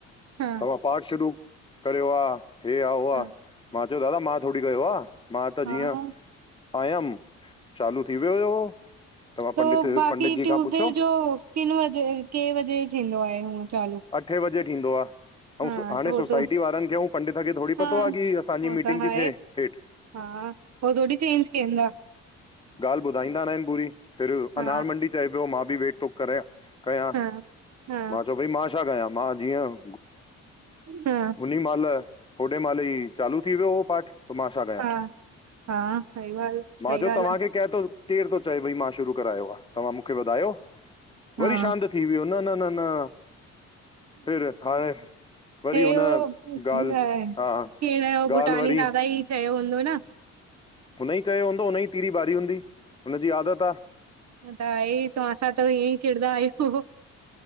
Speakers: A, on the right (about 60°); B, on the left (about 15°).
A: हाँ,
B: तहां पाठ शुू कयो आ, हे आ,
A: हाँ,
B: मां चयो दादा मां थोड़ी कयो आ। मां त
A: हा,
B: जीअं आयमि, चालू थी वियो हुयो। तव्हां
A: त
B: पंडित
A: बाक़ी
B: पंडित जी
A: ट्यूसडे
B: खां पुछो
A: जो किन वजे, के वजे थींदो आहे हूअ चालू?
B: अठे बजे थींदो आहे। ऐं
A: हा,
B: हाणे
A: त हो
B: सोसाइटी
A: त
B: वारनि खे ऐं पंडित खे थोड़ी
A: हा,
B: पतो आ कि असांजी
A: हो
B: मीटिंग
A: त
B: ती
A: आहे,
B: थिए हेठ।
A: हा उ थोड़ी चेंज कइंदा।
B: ॻाल्हि ॿुधाईंदा न आहिन पूरी, फिर
A: हा,
B: अनार मंडी चए पियो मां बि वेट थो करां। कंया,
A: हा, हा, हा,
B: मां चयोओ बई मां छा कया? मां जीअं
A: हा <inaudible>
B: नि माल, होॾे माल ई चालू थी वियो उहो पाठ। त मा छा कयां,
A: हा, हा, सही ॻाल्हि, सही
B: मां चयो
A: ॻाल्हि
B: तव्हांखे कैं थो केर थो चए भई मां शुरू करायो आ, तव्हां मूंखे ॿुधायो, वरी
A: आ, हा,
B: शांत। थी वियो, न न न न फिर, हाणे! वरी
A: हे
B: हुन
A: उ
B: ॻाल्हि
A: खण
B: हा
A: जो भुटानी
B: ॻाल्हि वरी
A: दादा ई चयो हूंदो न।
B: हुन ई चयो हूंदो, हुन ई तीरी ॿारी हूंदी, हुनजी आदत आ।
A: छा त आए तंवा सां त ईअं ई चिड़़ंदा आहियूं।